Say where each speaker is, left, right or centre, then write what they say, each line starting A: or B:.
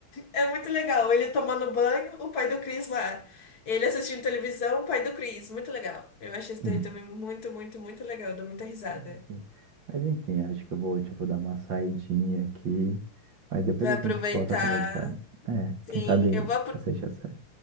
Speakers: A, on the left; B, on the right.
A: <laughs> é muito legal. Ele tomando banho, o pai do Chris lá. Ele assistindo televisão, o pai do Chris. Muito legal. Eu achei isso daí
B: Uhum.
A: também muito, muito, muito legal. Dou muita risada.
B: Enfim. Mas enfim, acho que eu vou, tipo, dar uma saidinha aqui. Mas depois
A: Vai
B: a
A: aproveitar.
B: gente volta a conversar. É,
A: Sim,
B: quem sabe
A: eu vou, apro-
B: assiste a série.